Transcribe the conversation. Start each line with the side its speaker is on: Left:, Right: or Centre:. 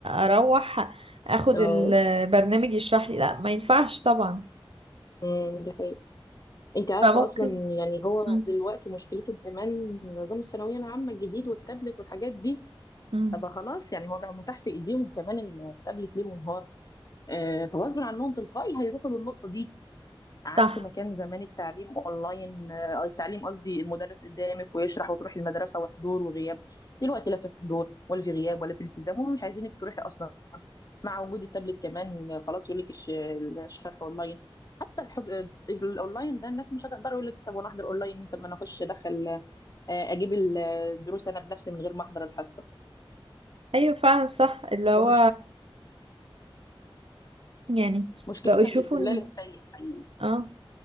Right: اروح اخد
Left: اه
Right: البرنامج يشرح لي لا ما ينفعش طبعا
Left: امم دي حقيقة انت عارفة
Right: فممكن
Left: اصلا يعني هو
Right: مم.
Left: دلوقتي مشكلته كمان نظام الثانوية العامة الجديد والتابلت والحاجات دي
Right: مم.
Left: طب خلاص يعني هو بقى متاح في ايديهم كمان التابلت ليل ونهار آه فغصب عنهم تلقائي هيروحوا للنقطة دي عكس
Right: صح
Left: ما كان زمان التعليم اونلاين آه التعليم قصدي المدرس قدامك ويشرح وتروحي المدرسة وحضور وغياب دلوقتي لا في حضور ولا في غياب ولا في التزام هم مش عايزينك تروحي اصلا مع وجود التابلت كمان خلاص يقول لك الش- الشرح اونلاين حتى الحج... الاونلاين ده الناس مش هتقدر يقول لك طب وانا احضر اونلاين طب ما انا اخش ادخل آه، اجيب الدروس انا بنفسي من غير ما احضر الحصه
Right: ايوه فعلا صح اللي هو
Left: ومش
Right: يعني
Left: مشكلتنا
Right: بقوا يشوفوا
Left: في الاستغلال
Right: ان
Left: السيء حقيقي
Right: اه